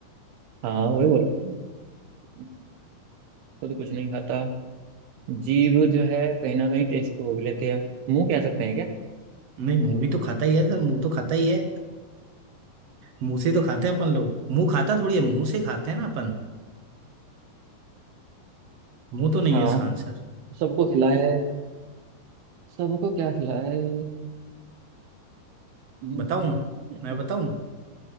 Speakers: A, on the right (about 70°); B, on the right (about 55°).
A: हाँ वही बोल रहा हूँ ना खुद कुछ नहीं खाता जीभ जो है कहीं ना कहीं टेस्ट तो वो भी लेते हैं मुंह कह सकते हैं क्या
B: नहीं मुंह भी तो खाता ही है सर मुंह तो खाता ही है मुंह से तो खाते हैं अपन लोग मुंह खाता थोड़ी है मुंह से खाते हैं ना अपन मुंह तो नहीं
A: हाँ
B: है इसका आंसर
A: सबको खिलाए सबको क्या खिलाए हम्म,
B: बताऊं मैं बताऊं